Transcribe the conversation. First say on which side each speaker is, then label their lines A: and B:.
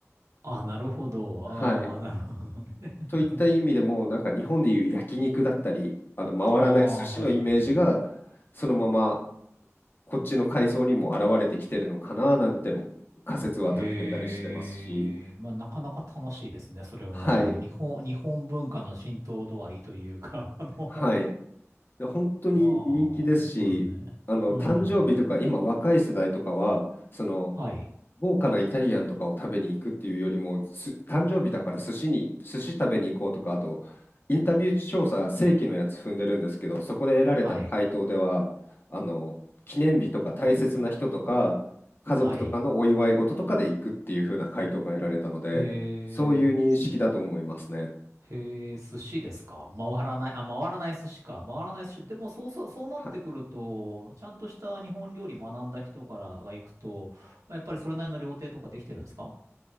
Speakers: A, on the right; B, on the left.
A: あ、なるほど。
B: はい。
A: ああ、なるほどね。<laughs>
B: といった意味でも、なんか日本でいう焼肉だったり、あの回らない寿司のイメージが、
A: ああ、確かにね。
B: そのままこっちの海藻にも現れてきてるのかななんても仮説は立てたりしてますし、
A: へえ。まあ、なかなか楽しいですね。それもまた、
B: はい、
A: あの、日本、日本文化の浸透度合いというか、<laughs> あの、
B: はい。で本当に人気ですし、
A: まあ、そうですね。
B: あの誕生日とか、
A: うん。
B: 今、若い世代とかは、その
A: はい。
B: 豪華なイタリアンとかを食べに行くっていうよりも、す誕生日だから寿司に、寿司食べに行こうとか、あと、インタビュー調査、正規のやつ踏んでるんですけど、そこで得られた回答では、
A: はい。
B: あの記念日とか大切な人とか、家族とかのお祝い事とかで行くっていう風な回答が得られたので、
A: はい。へえ、
B: そういう認識だと思いますね。
A: へえ、寿司ですか回らない、あ、回らない寿司か。回らない寿司。でも、そうそう、そうなってくると、
B: はい
A: ちゃんとした日本料理学んだ人からが行くと、まあ、やっぱりそれなりの料亭とかできてるんですか